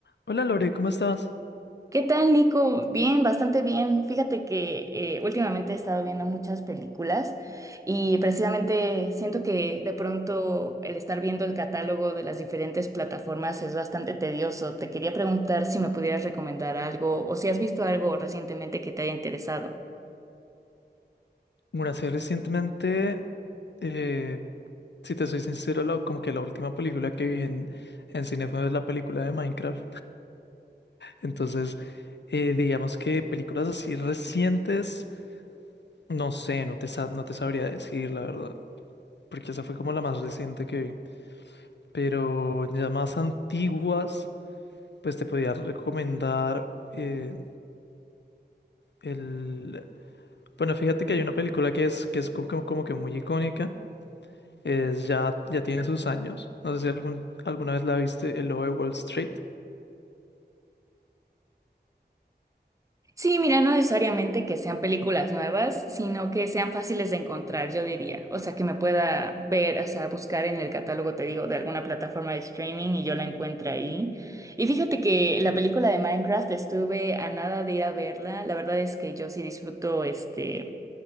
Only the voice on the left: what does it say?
Hola Lore, ¿cómo estás?
Bueno, sí, recientemente, eh, si te soy sincero, la- como que la última película que vi en, en cine fue la película de Minecraft. Entonces, eh, digamos que películas así recientes, no sé, no te, sa- no te sabría decir, la verdad, porque esa fue como la más reciente que vi. Pero ya más antiguas, pues te podía recomendar eh, el... Bueno, fíjate que hay una película que es, que es como como que muy icónica. es ya, ya tiene sus años. No sé si algún, alguna vez la viste, El Lobo de Wall Street.